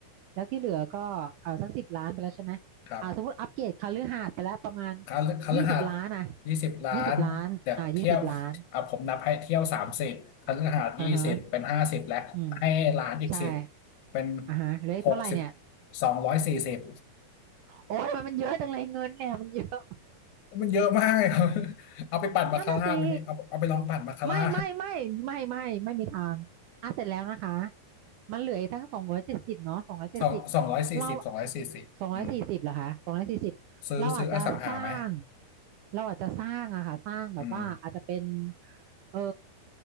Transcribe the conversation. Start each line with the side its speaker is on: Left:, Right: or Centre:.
Right: แล้วที่เหลือก็เออสักสิบล้านไปแล้วใช่ไหม
Left: ครับ
Right: อ่าสมมติอัปเกรดคฤหาสน์ไปแล้วประมาณ
Left: คฤคฤหาสน์
Right: ยี่สิบล้านอ่ะ
Left: ยี่สิบล้านเดี๋ยวเที่ยว
Right: ยี่สิบล้านอ่ายี่สิบล้าน
Left: อ่ะผมนับให้เที่ยวสามสิบคฤหาสน์ยี่สิบเป็นห้าสิบแล้วให้ล้านอีกสิบ
Right: อ่าฮะอืมใช่
Left: เป็น
Right: อ่าฮะเหลขเท่าไหร่เนี่ย
Left: หกสิบสองร้อยสี่สิบ
Right: โอ้ยทำไมมันเยอะจังเลยเงินเนี่ยมันเยอะ
Left: มันเยอะมากเลยครับ <laughs> เอาไปปั่นบาคาร่าไหมพี่เอาเอาไปลองปั่นบาคาร่า
Right: นั่นน่ะสิไม่ไม่ไม่ไม่ไม่ไม่มีทางอ่ะเสร็จแล้วนะคะมันเหลืออีกทั้งสองร้อยเจ็ดสิบเนาะสองร้อยเจ็ดสิบ
Left: <laughs> สองสองร้อยสี่สิบสองร้อยสี่สิบอืม
Right: เราสองร้อยสี่สิบเหรอคะสองร้อยสี่สิบเราอาจจะสร้าง
Left: ซื้อซื้ออสังหาไหม
Right: เราอาจจะสร้างอะค่ะสร้างแบบว่าอาจจะเป็น
Left: อืม
Right: เอ่อ